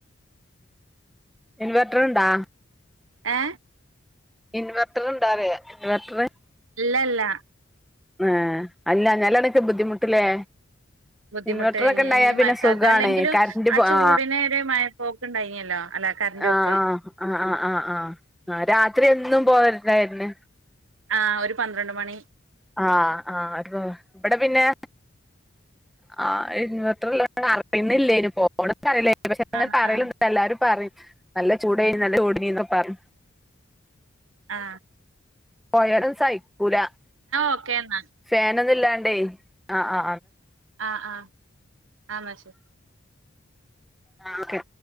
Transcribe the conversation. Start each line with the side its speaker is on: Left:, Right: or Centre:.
Centre: ഇൻവെട്ടറ്ണ്ടാ
Right: ഏ
Centre: ഇൻവെട്ടറ്ണ്ടാറിയ ഇൻവെർട്ടറ്
Right: ഇല്ലല്ല
Centre: ഏ അല്ലാഞ്ഞാലാണെക്കെ ബുദ്ധിമുട്ട്ലേ
Right: ബുദ്ധിമുട്ട്
Centre: ഇൻവെർട്ടറൊക്കെ
Right: ഈ
Centre: ണ്ടായാ പിന്നെ
Right: മഴക്കാലത്ത്
Centre: സുഖാണേ
Right: അല്ലെങ്കിലും
Centre: കറന്റ് പോ
Right: ചൂടിന്
Centre: ആ
Right: ഒരു മഴപ്പോക്ക് ഉണ്ടായിനല്ലോ അല്ല കറന്റ്
Centre: ആ
Right: പോക്ക്
Centre: ആ ആ ആ ആ ആ ആ രാത്രി എന്നും പോവല്ണ്ടാര്ന്ന്
Right: ആ ഒരു പന്ത്രണ്ട് മണി
Centre: ആ ആ ഒരു പ ഇബടെ പിന്നെ ആ ഇൻവെർ ട്ടറല്ലോണ്ട് അറിണ്ല്ലേന് പോണ പറയില്ലേ പക്ഷെ അങ്ങനെ
Right: ആഹ്
Centre: പറയലുണ്ട്
Right: ആഹ്
Centre: എല്ലാരും പറിം നല്ല ചൂ ണ്ടേയ് നല്ല ചൂട് ണ്ടേനിന്നൊ പറിം
Right: ആ
Centre: കോയരൻ സൈ ഒക്കൂല
Right: ഓക്കേ എന്നാ
Centre: ഫാൻ അതിൽ ഇല്ലാണ്ടേ, ആ, ആ
Right: ആഹ ആഹ് ആന്നാ ശരി
Centre: ആ ഓക്കെ